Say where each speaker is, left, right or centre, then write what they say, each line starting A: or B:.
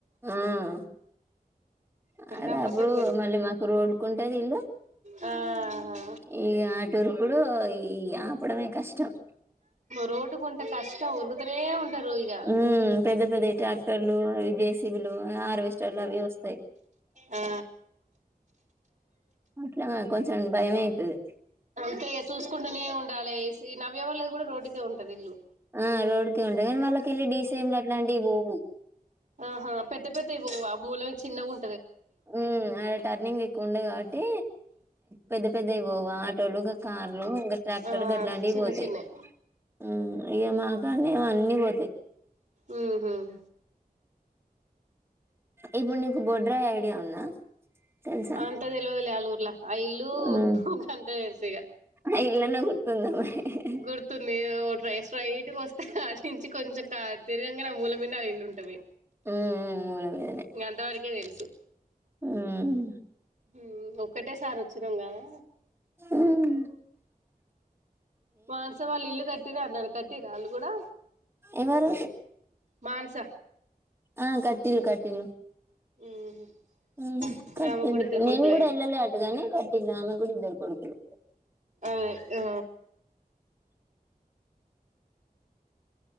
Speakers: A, on the right; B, on the right.
A: ఉహ్మ్
B: ఒకరు
A: ఆ అది
B: కాకపోతే
A: అప్పుడు
B: ఒకరు
A: మళ్ళీ మాకు రోడ్కుంటది ఇల్లు
B: ఆ
A: ఇగా అటువురుకుడు ఇగా ఆపడమే కష్టం
B: రోడ్డుకుంటే కష్టం ఉరుకుతూనే ఉంటారు ఇగ
A: హ్మ్ పె ద్ద పెద్దయి ట్రాక్టర్లు అవి జేసి ఆర్విస్టర్లు అవి వస్తాయ్
B: ఆ
A: అట్లనే కొం చం భయమైతాది
B: అంతే ఇగా చూసుకుంటూనే ఉండాలే ఈ నవ్య వాళ్ళది కూడా రోడ్కే ఉంటది ఇల్లు
A: ఆ రోడ్కే ఉంటాయి కానీ వాళ్ళకెళ్ళి డీసిసేం అట్లాంటివి పోవు
B: ఆహా పెద్ద పెద్దయి పోవా మూలవి చిన్నగుం
A: ఉహ్మ్ అడ టర్నింగ్ ఎక్కువుండే కాబట్టి పెద్ద పెద్దయి పోవు ఆటోలు గ కార్లు ఇంక ట్రాక్టర్
B: ఆ
A: గాట్లాంటియి
B: అదే చిన్న
A: పోతాయి
B: చిన్నయి
A: ఉహ్మ్ ఇగ మా కాడనేమో అన్ని పోతాయ్
B: ఉహ్మ్
A: ఇప్పుడు నీకు బొడ్రాయ్ ఐడియా ఉందా తెలుసా
B: అంతా తెలువదులే ఆల్లూర్ అ ఇల్లు
A: ఉమ్
B: గంతే తెలుసుఇగ
A: అయి ఇల్లనే గుర్తుందా మరి
B: గుర్తులేదో రోట్రై స్ట్రైట్‌గోస్తే అటినుంచి కొంచెం తిరగంగానే ఆమూలబింనే అల్లా ఇల్లుంటది
A: ఉమ్ ఉమ్ మూల మీదనే
B: ఇంగ అంతవరకే తెలుసు
A: ఉమ్
B: హ్మ్ ఒక్కటే సారి వచ్చినాం కదా
A: ఉమ్
B: మానస వాళ్ళు ఇల్లు కట్టిన అన్నారు కట్టిరా ఆళ్లు కూడా
A: ఎవరు
B: మానస
A: ఆ కట్టిల్లు కట్టిల్లు
B: ఉహు
A: ఉమ్
B: ఇంగ
A: కట్టిల్లు
B: ఆమె కూడా ఇద్దరు
A: నేను
B: కొడుకులయ్యిర్రు
A: కూడా ఏళ్ళలే అటుగాని టిల్లు ఆమెకుడా ఇద్దరు కొడుకులు
B: అవే ఆ